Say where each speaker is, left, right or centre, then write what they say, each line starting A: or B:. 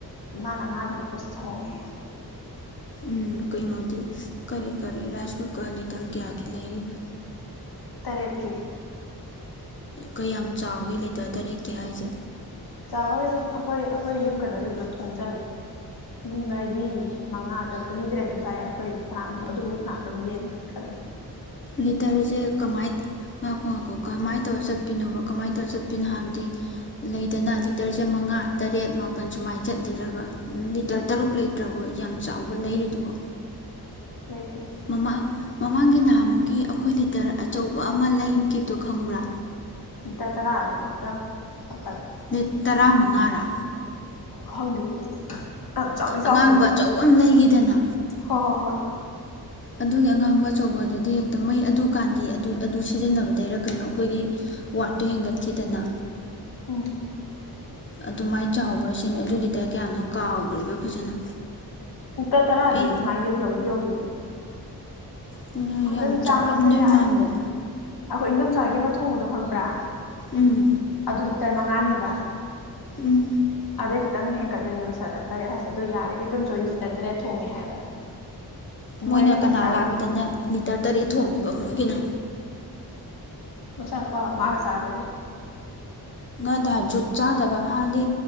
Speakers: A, on the left (about 65°); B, on the left (about 30°).
A: ꯏꯃꯥꯅ ꯉꯥꯗꯨꯅ ꯑꯩꯈꯣꯏꯁꯤ ꯊꯣꯡꯉꯦ
B: ꯎꯝ ꯀꯩꯅꯣꯗꯤ ꯀꯔꯤ ꯀꯔꯤ ꯔꯥꯏꯁ ꯀꯨꯀꯔ ꯂꯤꯇꯔ ꯀꯌꯥꯒꯤ ꯂꯩꯔꯤꯕ
A: ꯔꯦꯠꯀꯤ
B: ꯀꯌꯥꯝ ꯆꯥꯎꯒꯦ ꯂꯤꯇꯔ ꯇꯔꯦꯠꯀꯤ ꯍꯥꯏꯁꯦ
A: ꯆꯥꯎꯏꯗ ꯑꯩꯈꯣꯏ ꯑꯩꯈꯣꯏ ꯌꯨꯝ ꯀꯩꯅꯣꯁꯦ ꯄꯨꯂꯞ ꯊꯣꯡ ꯆꯜꯂꯦ ꯃꯤ ꯃꯔꯤ ꯃꯉꯥ ꯇꯔꯨꯛꯇ ꯃꯤ ꯇꯔꯦꯠ ꯑꯗꯨꯝ ꯆꯥꯏ ꯑꯩꯈꯣꯏ ꯐꯅꯥꯝ ꯑꯗꯨꯝ ꯂꯦꯝꯃꯦ ꯈ ꯗꯨꯝ
B: ꯂꯤꯇꯔꯁꯦ ꯀꯃꯥꯏ ꯉꯥꯏꯈꯣ ꯉꯥꯏꯈꯣ ꯀꯃꯥꯏ ꯇꯧꯔ ꯆꯠ <unintelligible> ꯀꯃꯥꯏ ꯇꯧꯔ ꯆꯠꯄꯤꯅꯣ ꯍꯥꯏꯕꯗꯤ ꯂꯩꯗꯅ ꯂꯤꯇꯔꯁꯦ ꯃꯉꯥ ꯇꯔꯦꯠ ꯃꯥꯄꯟ ꯁꯨꯃꯥꯏꯅ ꯆꯠꯂꯤꯔꯕ ꯂꯤꯇꯔ ꯇꯔꯨꯛ ꯂꯩꯇ꯭ꯔꯕꯣ ꯌꯥꯝ ꯆꯥꯎꯕ ꯂꯩꯔꯤꯗꯨꯕꯨ
A: ꯂꯩꯇꯦ
B: ꯃꯃꯥꯡ ꯃꯃꯥꯡꯒꯤ ꯅꯍꯥꯃꯨꯛꯀꯤ ꯑꯩꯈꯣꯏ ꯂꯤꯇꯔ ꯑꯆꯧꯕ ꯑꯃ ꯂꯩꯒꯤꯗꯣ ꯈꯪꯕ꯭ꯔꯥ
A: ꯇꯔ ꯇꯔꯥ ꯔꯥ ꯗꯨꯕꯣ ꯇꯔ꯭ꯪ ꯃꯄꯟ
B: ꯃꯤꯠ ꯇꯔꯥꯃꯉꯥꯔ
A: ꯈꯪꯗꯦ ꯌꯥꯝ ꯆꯥꯎꯗꯤ ꯆꯥꯎꯒꯤꯕꯅꯦ
B: ꯑꯉꯥꯡꯕ ꯑꯆꯧꯕ ꯑꯃ ꯂꯩꯈꯤꯗꯅ
A: ꯍꯣ ꯍꯣ ꯍꯣꯏ
B: ꯑꯗꯨꯒꯤ ꯑꯉꯥꯡꯕ ꯑꯆꯧꯕꯗꯨꯗꯤ ꯍꯦꯛꯇ ꯃꯩ ꯑꯗꯨꯀꯥꯟꯒꯤ ꯑꯗꯨ ꯁꯤꯖꯤꯟꯅꯕꯗꯩꯔ ꯀꯩꯅꯣ ꯑꯩꯈꯣꯏꯒꯤ ꯋꯥꯔꯗꯠꯇꯣ ꯍꯦꯟꯒꯠꯈꯤꯗꯅ
A: ꯑꯣ
B: ꯑꯗꯨꯃꯥꯏ ꯆꯥꯎꯕ꯭ꯔꯥ ꯁꯤꯅꯤ ꯑꯗꯨꯒꯤ <unintelligible> ꯀꯌꯥꯅꯣ ꯀꯥꯎꯈ꯭ꯔꯦꯕ ꯐꯖꯅ
A: ꯎꯛꯇꯔ ꯇꯔꯥꯗꯤ
B: ꯑꯩ
A: ꯑꯗꯨꯃꯥꯏ ꯌꯩꯗꯤ ꯌꯧꯒꯤꯕꯅꯦ
B: ꯎꯝ ꯅꯣꯏ
A: ꯑꯗꯨꯝ
B: ꯌꯥꯝ
A: ꯆꯥꯡ
B: ꯆꯥꯎꯔꯝꯗꯣꯏ
A: ꯑꯝꯗ ꯌꯥꯔꯦ
B: ꯃꯥꯟꯕ
A: ꯑꯩꯈꯣꯏ ꯏꯗꯣꯝꯆꯥꯒꯤ ꯑꯃ ꯊꯣꯡꯕꯗꯣ ꯈꯪꯕ꯭ꯔꯥ
B: ꯎꯝ
A: ꯑꯗꯨ ꯇꯔ ꯃꯉꯥꯅꯦꯕ
B: ꯎꯝ
A: ꯗꯩ ꯈꯤꯇꯪ ꯍꯦꯟꯒꯠꯇꯣꯏꯅꯦꯕ ꯁꯀꯠ ꯇꯔꯦꯠ ꯍꯥꯏꯁꯦ ꯑꯗꯨ ꯌꯥꯔꯦꯈꯩ ꯇꯨꯝ ꯁꯣꯏ ꯂꯤꯇꯔ ꯇꯔꯦꯠ ꯊꯣꯡꯉꯦ ꯍꯥꯏꯕ
B: ꯃꯣꯏꯅ
A: ꯃꯣꯏ ꯑꯅꯤꯈꯛ
B: ꯀꯅꯥ
A: ꯆꯥꯕꯒꯤ
B: ꯂꯥꯛꯇꯅ ꯂꯤꯇꯔ ꯇꯔꯦꯠ ꯊꯣꯡꯉꯤꯕ ꯃꯣꯏꯒꯤꯅ
A: ꯃꯆꯥꯥ ꯅꯨꯄꯥ ꯃꯥꯒ ꯆꯥꯕꯒꯤ
B: ꯗꯦ ꯖꯨꯠ ꯆꯥꯗꯕ ꯍꯥꯏꯗꯤ